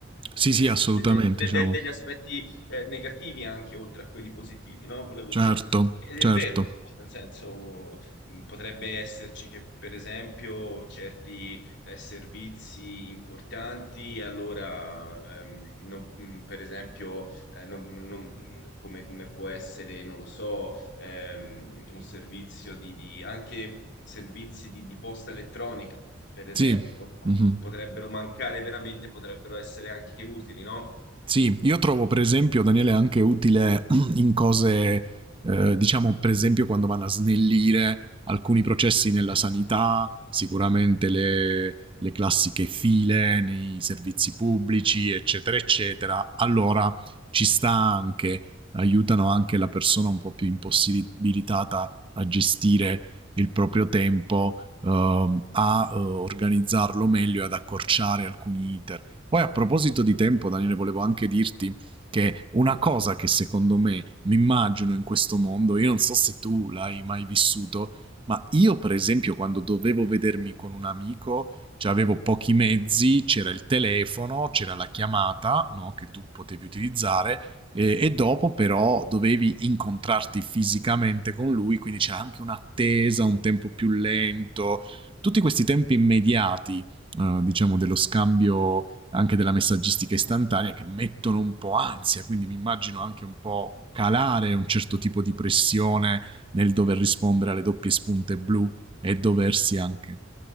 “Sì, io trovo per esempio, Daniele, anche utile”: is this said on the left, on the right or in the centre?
Right